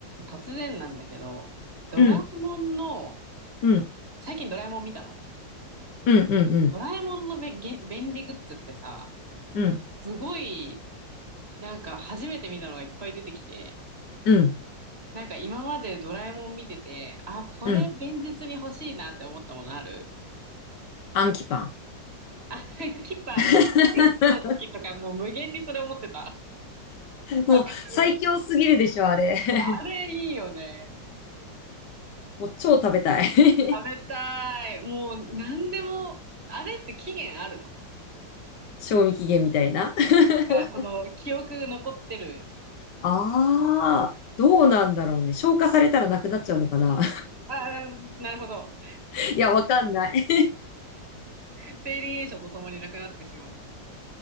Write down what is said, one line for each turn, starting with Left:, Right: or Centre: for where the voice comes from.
Right: 突然なんだけど、ドラえもんの、
Left: うん、うん、
Right: 最近ドラえもん見たのね。
Left: うん、うん、うん、
Right: ドラえもんのべ、げ、便利グッズってさ、
Left: うん、
Right: もうすごい、なんか初めて見たのがいっぱい出てきて、
Left: うん、
Right: なんか今までドラえもん見てて、あ、これ現実に欲しいなって思ったものある
Left: うん。アンキパン。
Right: あ、<laughs> キパン、
Left: <laughs>
Right: テストの時とかもう無限にそれ思ってた。わかる
Left: もう最強すぎるでしょ、あれ。<laughs>
Right: あれいいよね。
Left: もう超食べたい。<laughs>
Right: 食べたい。もう何でも、あれって期限あるの
Left: 賞味期限みたいな。<laughs>
Right: なんかその記憶残ってる。
Left: ああ、どうなんだろうね。消化されたらなくなっちゃうのかな。
Right: ああ、なるほど。
Left: <laughs> いや、わかんない。
Right: 生理炎症とともになくなってしまう。